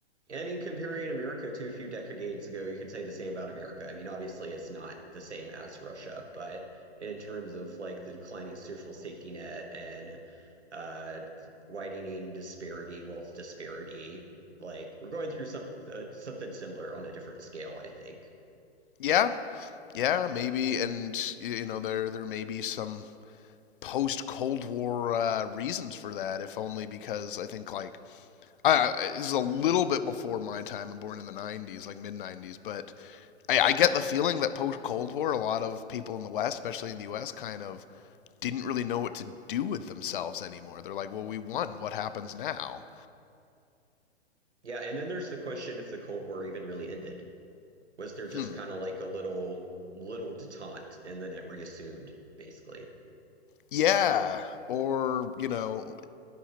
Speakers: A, on the right (about 80°); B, on the left (about 50°).
A: And I mean, comparing America to a few decades ago, you could say the same about America. I mean, obviously, it's not the same as Russia, but in terms of like the declining social safety net and uh, widening disparity, wealth disparity, like we're going through some uh, something similar on a different scale, I think.
B: Yeah, yeah, maybe, and you know there there may be some post Cold War uh, reasons for that, if only because I think like I, this is a little bit before my time. I'm born in the 90s, like mid 90s, but I, I get the feeling that post Cold War, a lot of people in the West, especially in the US, kind of didn't really know what to do with themselves anymore. They're like, well, we won. What happens now?
A: Yeah, and then there's the question if the Cold War even really ended. Was there just
B: Hmm.
A: kind of like a little little detente and then it reassumed, basically?
B: Yeah. Or, you know,